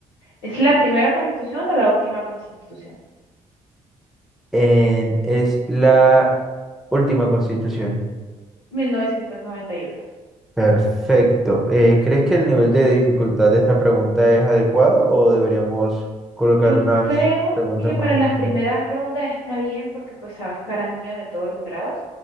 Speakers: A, on the left (about 85°); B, in the centre.
A: ¿Es la primera constitución o la última constitución?
B: En- es la última constitución.
A: 1991.
B: Perfecto. Eh, ¿crees que el nivel de dificultad de esta pregunta es adecuado o deberíamos colocar
A: Yo
B: unas
A: creo
B: preguntas
A: que
B: más
A: para
B: complejas?
A: las primeras rondas está bien porque pues sabes que harán niños de todos los grados.